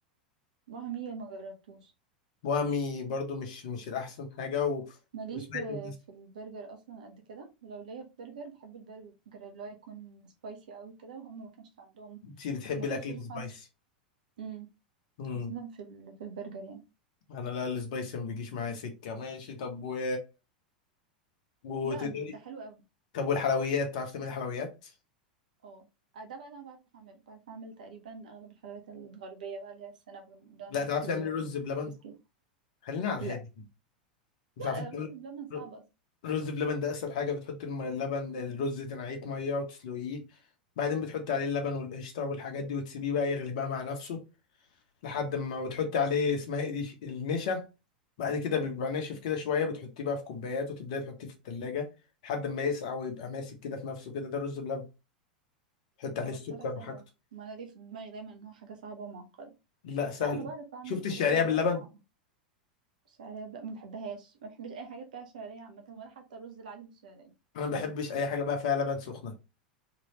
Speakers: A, on the right (about 70°); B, on the left (about 60°).
A: وهمية ما جربتوش
B: وهمي برضو مش مش الأحسن حاجة و...
A: ماليش
B: وسمعت
A: في
B: إن الناس
A: في البرجر أصلا قد كده ولو ليا في برجر بحب البرجر اللي هو يكون سبايسي قوي كده وهم ما كانش عندهم
B: كتير بتحب
A: ما
B: الأكل
A: كنتش بشوف
B: السبايسي
A: عند مم،
B: امم
A: خاصة في ال... في البرجر يعني
B: أنا لا السبايسي ما بيجيش معايا سكة ماشي طب و... وتقدري
A: لا ده حلو قوي
B: طب والحلويات تعرف تعملي حلويات؟
A: اه آه، ده بقى اللي انا بعرف اعمله بعرف اعمل تقريبا اغلب الحلويات الغربيه بقى اللي هي السينابون دوناتس
B: لا تعرف
A: و
B: تعملي رز بلبن؟
A: كيك
B: خلينا على الهادي
A: لا
B: مش
A: لا
B: عارفين تعملي
A: الرز بلبن صعب
B: ر-
A: اصلا
B: رز بلبن ده أسهل حاجة بتحط الم- اللبن الرز تنقعيه في مية وتسلقيه بعدين بتحط عليه اللبن والقشطة والحاجات دي وتسيبيه بقى يغلي بقى مع نفسه لحد ما وتحطي عليه اسمها ايه دي النشا بعد كده بيبقى ناشف كده شويه بتحطيه بقى في كوبايات وتبداي تحطيه في التلاجة لحد ما يسقع ويبقى ماسك كده في نفسه كده ده رز بلبن تحط
A: ما
B: عليه السكر
A: هو طلع سهل
B: وحاجته
A: اهو ما انا ليه في دماغي دايما ان هو حاجه صعبه ومعقده
B: لا سهل
A: لا انا بعرف اعمل
B: شفت
A: الحاجات
B: الشعريه
A: اللي
B: باللبن
A: هي الصعبه الشعريه لا ما بحبهاش ما بحبش اي حاجه فيها شعريه عامه ولا حتى الرز العادي بالشعريه
B: انا ما بحبش اي حاجه بقى فيها لبن سخنه